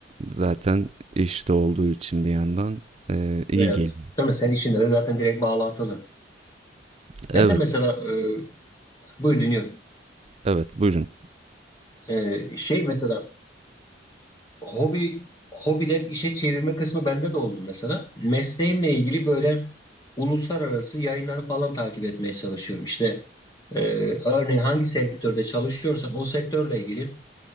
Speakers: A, on the right; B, on the left.
A: zaten işte olduğu için bir yandan e, iyi
B: Evet.
A: geliyor.
B: Değil mi? Senin işinde de zaten direkt bağlantılı.
A: Evet,
B: Ben de mesela e, buyur dinliyorum.
A: evet, buyurun.
B: E, şey mesela hobi hobiden işe çevirme kısmı bende de oldu mesela. Mesleğimle ilgili böyle uluslararası yayınları falan takip etmeye çalışıyorum. İşte e, örneğin hangi sektörde çalışıyorsam o sektörle ilgili